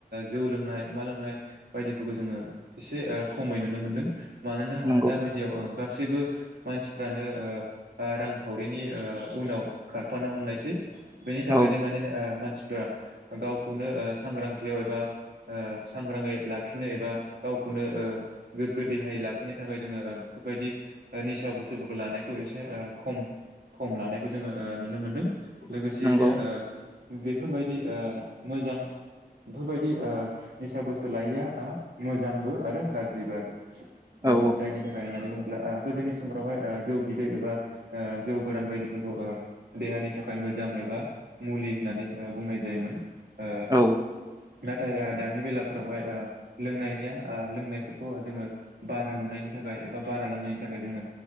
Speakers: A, on the right (about 80°); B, on the right (about 20°).
A: जौ लोंनाय मा लोंनाय बायदिफोरखौ जोङो एसे खमै नुनो मोनदों मानोना
B: नंगौ
A: दाबायदियाव ओं गासैबो मानसिफ्रानो रांखावरिनि उनाव खारफानो हमनायसै बेनि थाखायनो
B: औ
A: माने मानसि गावखौनो सांग्रांथियाव एबा सांग्राङै लाखिनो एबा गावखौनो गोग्गो देहायै लाख बेनि थाखाय जोङो बबायदि निसा बुस्थु बुस्थुफोरखौ लानायखौ एसे खम खम लानायखौ जोङो नुनो मोनदों। लोगोसेयैनो
B: नंगौ
A: बेफोरबायदि मोजां बेफोरबायदि निसा बुस्थु लायिआ मोजांबो आरो गाज्रिबो आरो
B: औ
A: जायनि थाखाय हारिमु गोदोनि समफ्रावहाय ओ जौ बिदै एबा ओ जौ गोरान बायदिफोरखौ देहानि थाखाय मोजां एबा ओ मुलि होननानै बुंनाय जायोमोन ओ
B: औ
A: नाथाय दानि बेला फोरावहाय ओ लोंनायनिया ओ लोंनायफोरखौ जोङो बार बारा नुनायनि थाखाय एबा बा लोंनायनि नि थाखाय जोङो